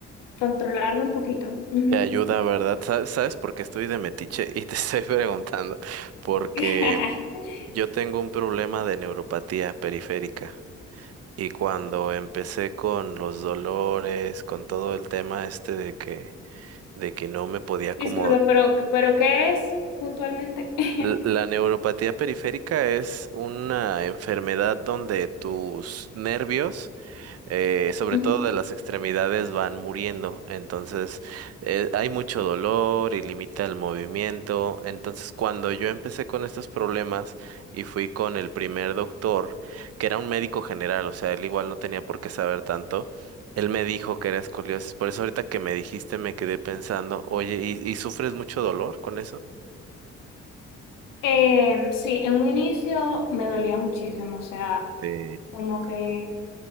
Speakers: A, on the left (about 80°); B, on the right (about 50°).
A: controlarlo un poquito. Ujú.
B: te ayuda, ¿verdad? Sa- ¿Sabes por qué estoy de metiche y te <laughs> estoy preguntando? Porque
A: <laughs>
B: yo tengo un problema de neuropatía periférica. Y cuando empecé con los dolores, con todo el tema este de que de que no me podía como...
A: Disculpa, pero, pero ¿qué es puntualmente? <laughs>
B: L- La neuropatía periférica es una enfermedad donde tus nervios eh, sobre
A: Ujú.
B: todo de las extremidades van muriendo, entonces eh, hay mucho dolor y limita el movimiento. Entonces cuando yo empecé con estos problemas y fui con el primer doctor, que era un médico general, o sea, él igual no tenía por qué saber tanto, él me dijo que era escoliosis, por eso ahorita que me dijiste me quedé pensando, oye, ¿y, y sufres mucho dolor con eso?
A: Em, sí, en un inicio me dolía muchísimo, o sea,
B: Sí,
A: como que...